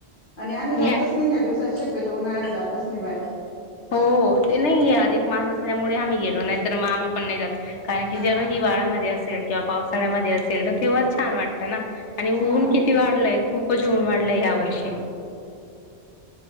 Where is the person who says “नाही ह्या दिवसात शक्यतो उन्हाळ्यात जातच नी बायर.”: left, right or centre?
Left